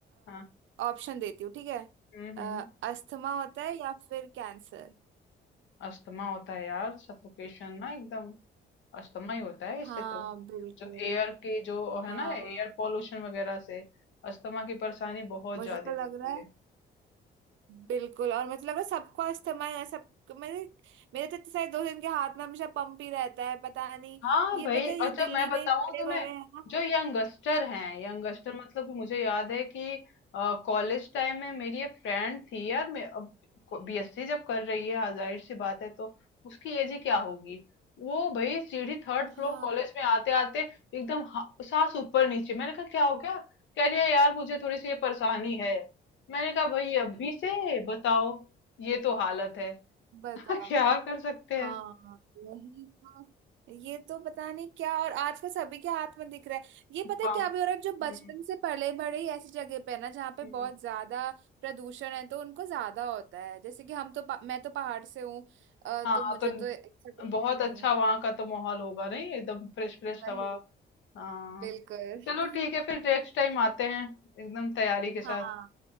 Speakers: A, on the left; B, on the right.
A: हाँ
B: ऑप्शन देती हूँ ठीक है
A: हम्म
B: अ, अस्थमा होता है या फिर कैंसर
A: अस्थमा होता है यार सफोकेशन ना एकदम अस्थमा ही होता है इससे
B: हाँ
A: तो
B: बिल्कुल
A: जो एयर की जो
B: हाँ
A: है ना एयर पोल्यूशन वगैरह से अस्थमा की परेशानी बहुत
B: मुझे
A: ज्यादा
B: तो
A: होती
B: लग रहा है
A: है
B: बिल्कुल और मतलब लग रहा है सबका इस्तेमाल है सब मेरे मेरे तो इतने सारे दोस्त हैं, इनके हाथ में हमेशा पंप ही रहता है पता नहीं
A: हाँ
B: ये
A: भाई
B: पता है
A: अच्छा
B: ये दिल्ली
A: मैं बताऊं
B: में ही पड़े
A: तुम्हें
B: बड़े हैं ना
A: जो यंगस्टर हैं यंगस्टर मतलब कि मुझे याद है कि कॉलेज टाइम में मेरी एक फ्रेंड थी यार मैं अब बीएससी जब कर रही है हाँ, जाहिर सी बात है तो उसकी एज ही क्या होगी वो भाई सीढ़ी थर्ड
B: हाँ
A: फ्लोर कॉलेज में आते आते एकदम हा- सांस ऊपर नीचे मैंने कहा क्या हो गया कह रही है यार मुझे थोड़ी सी ये परेशानी है मैंने कहा भाई अभी से बताओ ये तो हालत है
B: बताओ
A: <laughs> क्या कर सकते
B: हाँ
A: हैं
B: यही तो ये तो पता नहीं क्या और आजकल सभी के हाथ में दिख रहा है ये पता
A: काम
B: है क्या भी हो रहा है जो
A: हम्म
B: बचपन से पले बड़े ही ऐसी जगह पे है ना जहाँ पे
A: हम्म।
B: बहुत ज्यादा प्रदूषण है तो उनको ज्यादा होता है जैसे कि हम तो पा- मैं तो पहाड़ से हूँ अ,
A: हाँ
B: तो मुझे
A: तो
B: तो ऐसा कुछ
A: बहुत
B: है नहीं
A: अच्छा वहां का तो माहौल होगा नहीं एकदम फ्रेश फ्रेश
B: वही
A: हवा हाँ
B: बिल्कुल
A: चलो
B: <laughs>
A: ठीक है फिर नेक्स्ट टाइम आते हैं एकदम तैयारी के साथ
B: हाँ